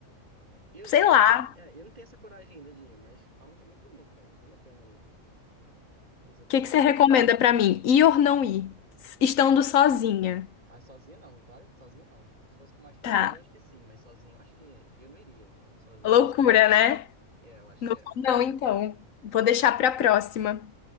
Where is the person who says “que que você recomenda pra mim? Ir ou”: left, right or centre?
Left